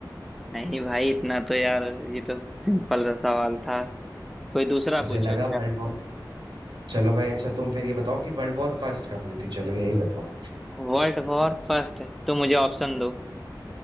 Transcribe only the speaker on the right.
मुझे
लगा
वर्ल्ड वॉर चलो भाई अच्छा तुम फिर ये बताओ कि वर्ल्ड वॉर फर्स्ट कब हुई थी चलो यही बताओ